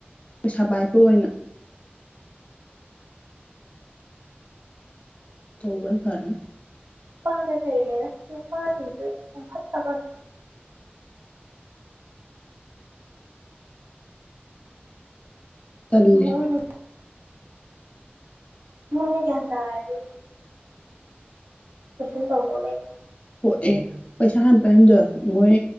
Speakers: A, on the left (about 30°); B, on the right (about 60°).
A: ꯄꯩꯁꯥ ꯄꯥꯏꯕ ꯑꯣꯏꯅ ꯇꯧꯕꯒꯣꯟ ꯐꯥꯔꯦ
B: ꯄ ꯃꯒꯅ ꯆꯨꯄꯥꯟꯗ꯭ꯔꯦ ꯐ ꯇꯒꯅꯤ
A: ꯇꯜꯂꯦ
B: ꯃꯣꯏꯅ ꯃꯅꯤꯒꯦꯟ ꯍꯥꯏꯗꯤ ꯀꯁꯨꯝ ꯇꯧ ꯂꯩ
A: ꯍ ꯑꯦ ꯄꯩꯁꯥ ꯍꯄꯩꯗ ꯃꯣꯏ